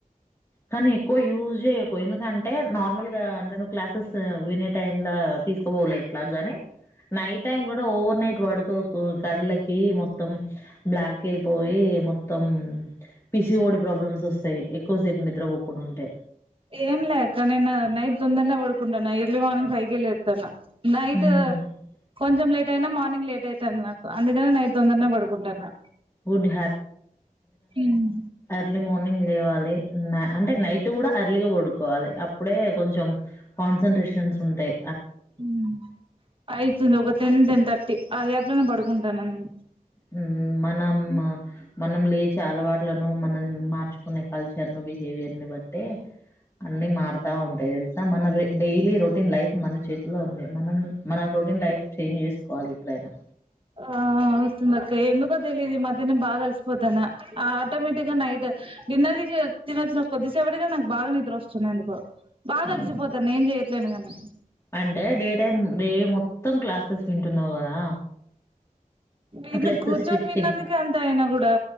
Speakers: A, on the left (about 20°); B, on the right (about 40°).
A: కానీ ఎక్కువ యూజ్చేయకు ఎందుకంటే నార్మల్గా అంటే నువ్వు క్లాసెస్ వినే టైంలా తీసుకోపోవులే ఎట్ల గాని, నైట్ టైం కూడా ఓవర్ నైట్ పడుకోకు కళ్ళకి మొత్తం బ్లాక్ అయిపోయి మొత్తం P C O D problems వస్తాయి. ఎక్కువసేపు నిద్రపోకుండ ఉంటే
B: ఏం లేదక్క నేను నైట్ తొందర్నే పడుకుంటున ఎర్లీ మార్నింగ్ ఫై కే లేత్తున్న. నైటు
A: ఉమ్
B: కొంచెం లేట్ అయినా మార్నింగ్ లేట్ అయితాంది నాకు అందుకని నైట్ తొందర్నే పడుకుంటన్నా.
A: గుడ్
B: మ్మ్
A: ర్లీ మార్నింగ్ లేవాలి. న అంటే నైట్ కూడా అర్లీగా పడుకోవాలి. అప్పుడే కొంచెం కాన్సన్ట్రేషన్స్ ఉంటయి
B: హ్మ్ అయితుంది ఒక టెన్, టెన్ థర్టీ. ఆ గ్యాప్లోనే పడుకుంటాన్న నేను.
A: హ్మ్ మనం మనం లేచే అలవాట్లను మనం మార్చుకునే కల్చర్ను బి హేవియర్ని బట్టే అన్ని మారు తా ఉంటాయి తెలుసా మన డైలీ రొటీన్ లైఫ్ మన చేతిలో ఉంది మనం మన రొటీన్ లైఫ్ చేంజ్ చేసుకోవాలి ఎప్పుడైనా
B: ఆ వస్తుంది అక్క ఎందుకో తెలియదు ఈ మధ్యన బాగా అలసిపోతన్న ఆటోమేటిక్ గా నైట్ డిన్నర్ తినొచ్చిన కొద్దిసేపటికే నాకు బాగా నిద్రొస్తుంది ఎందుకో బాగలిసిపోతాను
A: ఉమ్,
B: ఏం చేయత్ ట్లైన కానీ
A: అంటే డే టైమ్ డే మొత్తం క్లాసెస్ వింటున్నావు కదా
B: గిట్ల
A: ప్లస్
B: కూర్చొని
A: స్టిచ్చింగ్
B: విన్నందుకే అంత అయినమ్ కూడా